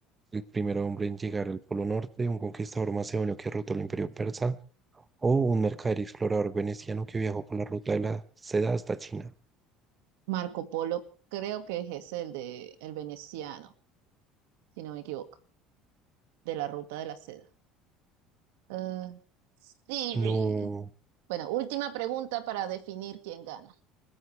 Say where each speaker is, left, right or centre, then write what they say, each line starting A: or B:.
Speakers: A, on the right; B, on the right.
A: el primer hombre en llegar al Polo Norte, un conquistador macedonio que derrotó el Imperio Persa, o un mercader y explorador veneciano que viajó por la ruta de la seda hasta China.
B: Marco Polo creo que es ese, el de el veneciano, si no me equivoco, de la ruta de la seda. Ah, Siri.
A: No,
B: Bueno, última pregunta para definir quién gana.